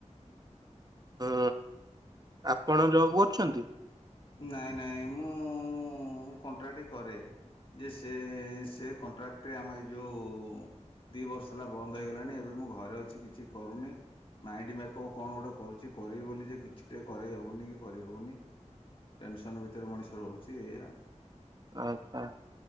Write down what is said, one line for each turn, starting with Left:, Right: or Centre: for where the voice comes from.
Right: ହଁ ଆପଣ ଜବ୍ କରୁଛନ୍ତି
Left: ନାଇଁ ନାଇଁ ମୁଁ ମୁ କଣ୍ଟ୍ରାକ୍ଟ କରେ ଯେ ସେ ସେ କଣ୍ଟ୍ରାକ୍ଟରେ ଆମ ଏଇ ଯେଉଁ ଦି ବର୍ଷ ହେଲା ବନ୍ଦ ହେଇଗଲାଣି ଏବେ ମୁଁ ଘରେ ଅଛି କିଛି କରୁନି ମାଇଣ୍ଡ ମେକ ଅପ କଣ ଗୋଟେ କରୁଛି କରିବି ବୋଲି ଯେ କିଛି ଟେ କରେଇହଉନି କି କରି ହେଉନି ଟେନସନ୍ ଭିତରେ ମଣିଷ ରହୁଛି ଏଇଆ
Right: ଆହା